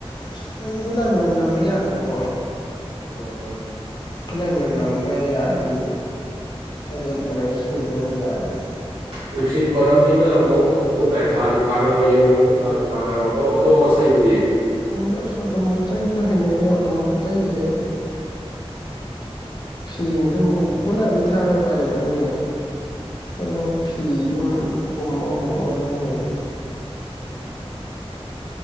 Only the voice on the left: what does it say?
ꯑꯁ ꯑꯩꯗꯤ ꯒꯨꯠꯅꯥꯏꯠ ꯃꯅꯝ ꯅꯝꯕ ꯌꯥꯗꯕꯀꯣ
ꯐꯤꯟꯅꯥꯏ ꯃꯅꯝ ꯅꯝꯕ ꯌꯥꯔꯗꯤ ꯑꯩꯖ‌ꯦ ꯑꯦꯂꯔꯖꯤꯁꯨ ꯂꯩꯕꯅꯤꯅ ꯌꯥꯗꯕ
ꯑꯣꯛꯁ‌ꯣꯗ‌ꯣꯃ‌ꯣꯁ ꯇꯩꯕꯁꯨ ꯍꯩꯅꯗꯦ ꯑꯗꯨꯝꯁꯨ ꯇꯩꯗ‌ꯦꯗ ꯑꯩ ꯐꯤꯅ ꯑꯗꯨꯝ ꯒꯨꯠꯅꯥꯏꯠꯄꯨꯗꯤ ꯊꯥꯔꯦ ꯎꯄꯥꯏ ꯂꯩꯇꯕꯒꯤ ꯑꯗꯨꯝ ꯐꯤꯗꯨꯝ ꯍꯨꯝꯃ ꯍꯨꯝꯃꯒ ꯑꯗꯨꯝ ꯂꯩꯔꯦ